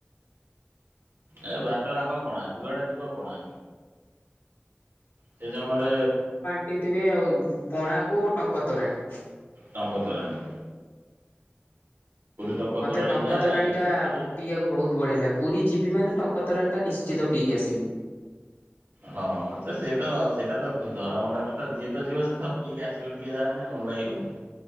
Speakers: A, on the right (about 80°); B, on the left (about 75°).
A: ଏ ବାଟ ଜାଙ୍କ ପଣା ଯୁଆଡେ ଯିବ ପଣା। ସେ ସମୟରେ
B: ପିଇଥିବେ ଆଉ ପଣାକୁ ଟଙ୍କ ତୋରାଣି।
A: ଟଙ୍କ ତୋରାଣି। ଟଙ୍କ
B: ମତେ
A: ତୋରାଣୀ
B: ଟଙ୍କ
A: ଯା
B: ତୋରାଣି
A: ଏଇଠି
B: ଟା
A: ସେଇଆ।
B: ପ ପିଇବାକୁ ବହୁତ ବଢିଆ ଲାଗେ ପୁରୀ ଯିବି ମାନେ ଟଙ୍କ ତରାଣି ଟା ନିଶ୍ଚିତ ପିକି ଆସିବି।
A: ହଁ ସେ ସେତ ସେଇଟା ତ ଧରାବନ୍ଧା କଥା ଯିଏ ତ ଯିବ ସେଏତ ପିଇକି ଆସିବ ଟିକେ ନହଲେ ଭଲ ଲାଗିବନି।